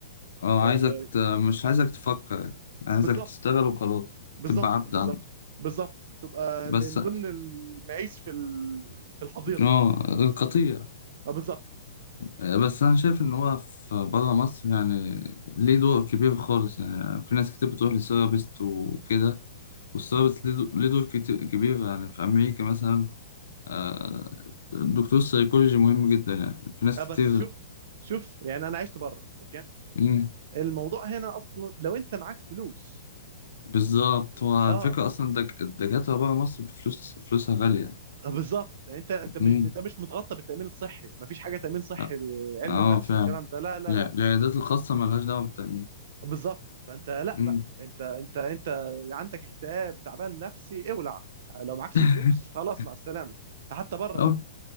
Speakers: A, on the left (about 80°); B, on the right (about 55°).
A: آه،
B: آه
A: عايزك ت... مش عايزك تفكر يعني. عايزك
B: بالظبط
A: تشتغل وخلاص
B: بالظبط
A: تبقى عبد
B: بالظبط
A: عنده
B: بالظبط تبقى
A: بس
B: من ضمن المعيش في ال... في الحظيره
A: اه قطيع
B: اه بالظبط
A: آه، بس أنا شايف إن هو في برا مصر يعني ليه دور كبير خالص يعني في ناس كتير بتروح لسيرابيست وكده والسيرابيست ليه دو- ليه دور كتير كبير يعني في أمريكا مثلا آه، دكتور السيكولوجي مهم جدا يعني في ناس
B: آه، بس
A: كتير
B: شوف شوف يعني انا عشت بره اوكي
A: مم،
B: الموضوع هنا اصلا لو انت معاك فلوس
A: بالظبط هو
B: اه
A: الفكرة أصلا الدك- الدكاترة بره مصر بفلوس فلوسها غالية يعني.
B: آه، بالظبط يعني انت انت مش
A: مم.
B: انت مش متغطى بالتامين الصحي مفيش حاجه تامين صحي
A: اه
B: علم
A: آه،
B: النفس
A: فعلا
B: والكلام ده لا لا
A: لا
B: لا
A: العيادات الخاصة ملهاش دعوة بالتأمين
B: بالظبط فانت لا
A: مم.
B: بقى انت انت انت عندك اكتئاب تعبان نفسي اولع لو معكش
A: <laughs>
B: فلوس خلاص مع السلامه حتى بره
A: أه
B: برضه